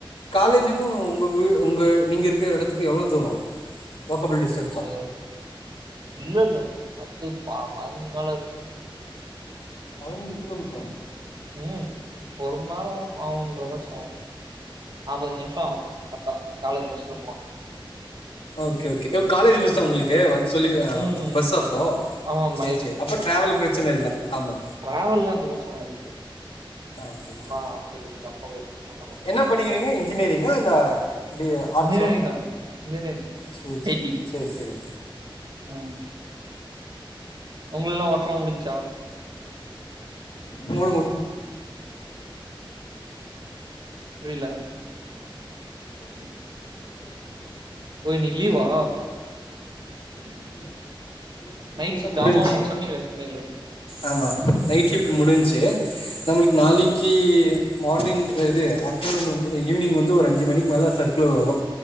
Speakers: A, on the left; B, on the right.
A: காலேஜிக்கு உங்க வீ உங்க நீங்க இருக்கற எடத்துக்கு எவ்ளோ தூரோ வாக்கப்பல் டிஸ்டன்ஸ்
B: ஒரு இல்லல்ல பத்து பா பதினஞ்சி மேல இருக்
A: பதினஞ்சு கிலோமீட்டரா
B: ம் ஒரு மணி நேரோ ஆகு இன்றா மாரி சொல்றாங்க நாப்பத்தஞ்சி நிமிஷோ ஆவோ க க காலேஜ் பஸ்ல போனா
A: ஓகே ஓகே காலேஜ் பஸ் தா உங்களுக்கு வந்து சொல்லி
B: ம்
A: பஸ்ஸா அப்போ
B: ஆமா ஆமா
A: சேரி சேரி அப்போ டிரவல்ல பிரச்சன இல்ல ஆமா
B: டிரவல்லா எந்த பிரச்சனையு இல்ல ப்ரோ
A: ஓகே ஓகே
B: ஆனா <inaudible>
A: என்ன படிக்கிறீங்க இன்ஜினியரிங்கா இல்ல ஆர்ட்ஸா
B: இன்ஜினியரிங் தா இன்ஜினியரிங்
A: சேரி
B: ஐ டி
A: சேரி சேரி
B: ம் உங்கலுக்லா ஒர்க்லா முடிஞ்சா
A: <unintelligible> முடிஞ்சி
B: புரில
A: அதா லீவு சாட்டர்டே சண்டே எப்பவுமே லீவு
B: ஓ இன்னிக்கி லீவா
A: ஆமா நைட் ஷிப்ட்தானே இன்னிக்
B: நைட்
A: காலைல
B: ஷிப்ட்
A: தா முடிஞ்சி
B: ஆமாமா சொன்னீங்களே சொன்னீங்களே
A: ஆமா நைட் ஷிப்ட்
B: ம்
A: முடிஞ்சி நம்மளுக்கு நாளிக்
B: ம்
A: கி மார்னிங் இது ஆஃப்டர்நூன் வந்து ஈவினிங் வந்து ஒரு அஞ்சு மணிக்கு மேல சர்க்குலர் வரு